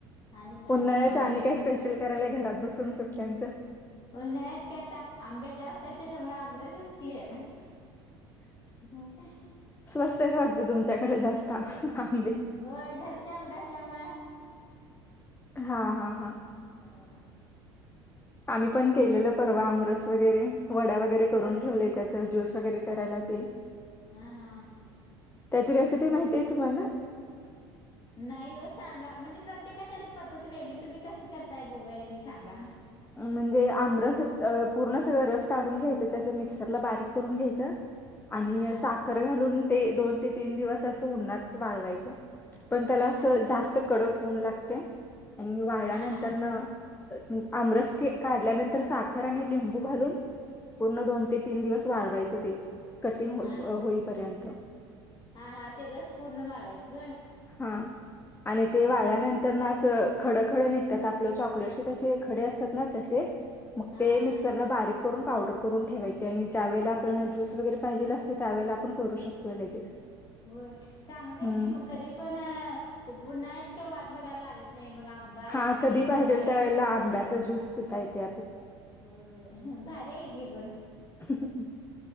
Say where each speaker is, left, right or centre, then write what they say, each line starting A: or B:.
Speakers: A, on the left (about 35°); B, on the left (about 15°).
A: आणि काय
B: उन्हाळ्याचं
A: नाही बघा
B: आणि
A: ऊन
B: काय स्पेशल करायला घरात बसून सुट्ट्यांचं
A: उन्हाळ्यात का आता आंबे जास्त आहेत त्याच्यामुळे आ अमरसच की हंह हंह
B: स्वस्त आहेत वाटतं तुमच्याकडे जास्त आंबे
A: हो घरच्या अंब्या असल्यामुळं
B: हा हा हा.
A: हा.
B: आम्ही पण केलेलं परवा आमरस वगैरे वड्या वगैरे करून
A: होय
B: ठेवलेय त्याच ज्यूस वगैरे करायला ते
A: हां हां.
B: त्याची रेसिपी माहिती आहे तुम्हा़ना.
A: नाही ओ, सांगा म्हणजे प्रत्येकाची आ पद्धत वेगळी तुम्ही कसं करताय बघूया की सांग?
B: म्हणजे आमरसच पूर्ण सगळं रस काढून घ्यायच त्याच मिक्सरला बारीक करून घ्यायच. आणि
A: हा हा
B: साखर घालून ते दोन ते तीन दिवस असं उन्हात वाळवायचं. पण त्याला असं
A: हा
B: जास्त कडक ऊन लागतयं आणि वाळल्या
A: हा
B: नंतर
A: हा
B: न आमरस काढल्यानंतर साखर आणि लिंबू घालून पूर्ण दोन ते तीन दिवस वाढवायचं ते कठीण हो
A: हा हा
B: होईपर्यंत,
A: हा हा ते रस पूर्ण वाळवायचं होय
B: हा आणि
A: हा
B: ते वाळल्यानंतर
A: हा
B: व असं खड खड निघतात, आपलं चॉकलेट कसे खडे असतात ना तसे. मग
A: हा
B: ते
A: हा
B: मिक्सरला बारीक, करून पावडर करून ठेवायची, आणि ज्या वेळेला आपल्याला ज्यूस वगैरे पाहिजेल असते त्यावेळेला आपण करू शकतोय लगेच.
A: होय चांगलंय
B: हम्म
A: की मग कधी पण बन्हाळ्याची काही वाट बघायला लागत नाही मग आंबा
B: हा
A: येतील,
B: कधी पाहिजेल
A: मग खाईन
B: त्यावेेळेला आंब्याचा
A: हम.
B: ज्यूस पिता येते
A: होय होय भारी आहे की, मग.
B: आपल्याला